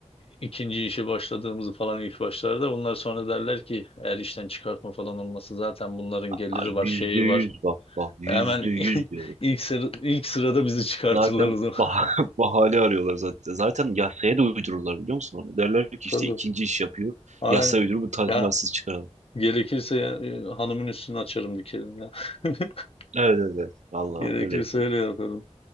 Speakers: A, on the left; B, on the right.
A: İkinci işe başladığımızı falan ilk başlarda. Bunlar sonra derler ki eğer işten çıkartma falan olması zaten bunların geliri
B: Ay,
A: var,
B: Yüzde
A: şeyi
B: yüz
A: var.
B: bak bak yüzde
A: Hemen
B: yüz
A: <laughs>
B: diyorum.
A: ilk sıra, ilk sırada bizi çıkartırlar
B: Zaten
A: o zaman. <laughs>
B: bah <laughs> bahane arıyorlar zaten. Zaten yasaya da uydururlar biliyor musun onu? Derler ki
A: Tabii.
B: işte ikinci iş yapıyor.
A: Aynen.
B: Yasa uydurup bu tazminatsız
A: Ya
B: çıkaralım.
A: gerekirse ya, e, hanımın üstünü açarım dikerim ya. <laughs>
B: Evet evet. evet. Vallahi
A: Gerekirse
B: öyle yapalım.
A: öyle yaparım.